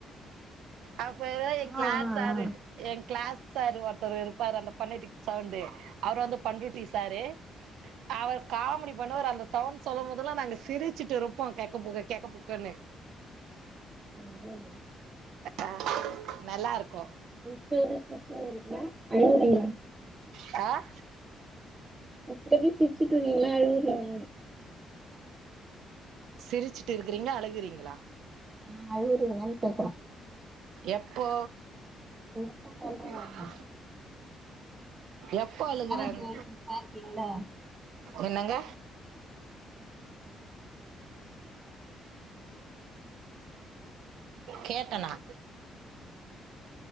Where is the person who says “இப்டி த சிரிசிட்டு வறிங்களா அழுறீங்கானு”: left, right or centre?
Right